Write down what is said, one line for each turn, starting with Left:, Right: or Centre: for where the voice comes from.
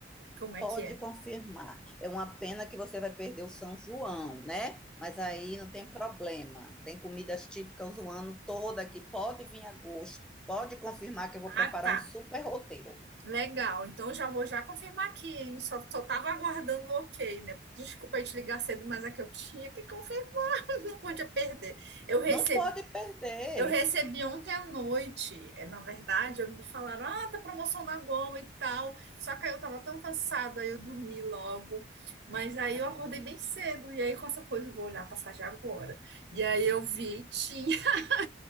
Right: como é
Centre: Pode
Right: que é?
Centre: confirmar. É uma pena que você vai perder o São João, né? Mas aí não tem problema. Tem comidas típicas o ano todo aqui. Pode vir em agosto. Pode confirmar que eu vou
Right: Ah,
Centre: preparar
Right: tá.
Centre: um super roteiro.
Right: Legal. Então já vou já confirmar aqui, hein? Só, só tava aguardando o ok, né? Desculpa aí te ligar cedo, mas é que eu tinha que confirmar. Não podia perder. Eu recebi,
Centre: Não pode perder.
Right: eu recebi ontem à noite, é, na verdade, eu me falaram, ah, tá promoção da Gol e tal. Só que aí eu tava tão cansada, aí eu dormi logo. Mas aí
Centre: Ah.
Right: eu acordei bem cedo, e aí com essa coisa eu vou olhar a passagem agora. E aí eu vi, tinha. <laughs>